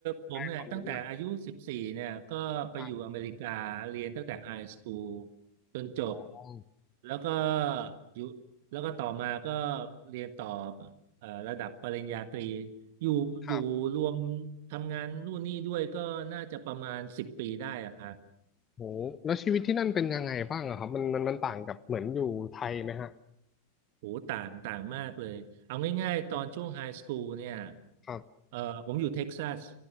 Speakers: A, on the right; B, on the left.
A: ผมเนี่ยตั้งแต่อายุสิบสี่เนี่ยก็ไปอยู่อเมริกาเรียนตั้งแต่ไฮสคูล
B: ได้ความรู้หน่อยต่างก
A: จนจบ
B: ั
A: แล้วก็อยู่แล้วก็ต่อมาก็เรียนต่อเอ่อระดับปริญญาตรีอยู่อยู่รวม
B: ครับ
A: ทำงานนู่นนี่ด้วยก็น่าจะประมาณสิบปีได้อะครับ
B: โหแล้วชีวิตที่นั่นเป็นยังไงบ้างอะครับมันมันมันต่างกับเหมือนอยู่ไทยไหมฮะ
A: โอ้ต่างต่างมากเลยเอาง่ายๆตอนช่วงไฮสคูลเนี่ย
B: ครับ
A: เอ่อผมอยู่เท็กซัส